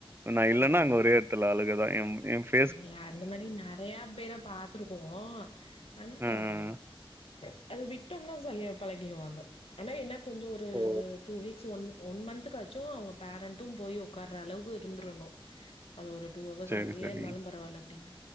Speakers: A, on the right; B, on the left.
A: நா இல்லன்னா
B: ம்
A: அங்க ஒரே எட்த்துல அழுகதா எம் எ
B: இல்ல அந்த மாரி நறையா பேர பாத்துருக்கோ ஆனா
A: அ.
B: ம் அது விட்டோம்னா செரியா பழகிருவாங்க ஆனா என்ன கொஞ்சோ ஒரு
A: ஓ
B: டூ வீக்ஸ் ஒன் ஒன் மந்த்காச்சோ அவுங்க பேரண்ட்டோ போய் ஒக்கார அளவுக்கு இருந்தர்ணோ அது ஒரு டூ அவ்வர்ஸ்
A: சரி
B: அங்
A: சரி
B: ஏர்ன்னாலு பரவால்ல அப்டீன்னு